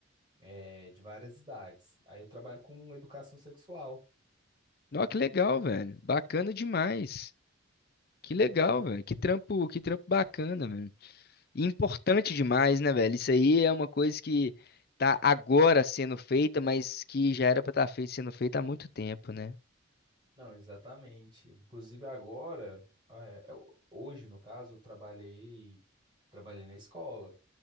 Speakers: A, on the right; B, on the left.
A: eh, de várias idades. Aí eu trabalho com educação sexual.
B: Nossa, que legal, velho. Bacana demais. Que legal, velho. Que trampo, que trampo bacana, velho. E importante demais, né, velho? Isso aí é uma coisa que tá agora sendo feita, mas que já era pra estar feita, sendo feita há muito tempo, né?
A: Não, exatamente. Inclusive agora, é, é, hoje no caso, eu trabalhei, trabalhei na escola.